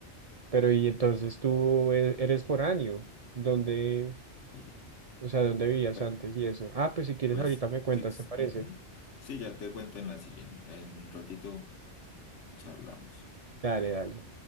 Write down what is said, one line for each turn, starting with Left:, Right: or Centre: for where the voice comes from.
Right: pero y entonces tú e- eres foráneo. ¿Dónde,
Left: Sí.
Right: o sea, dónde vivías
Left: Bueno,
Right: antes y eso? Ah, pues si quieres
Left: pues,
Right: ahorita me cuentas,
Left: sí, sí,
Right: ¿te parece?
Left: ujú. Sí, ya te cuento en la siguiente. En un ratito charlamos.
Right: Dale, dale.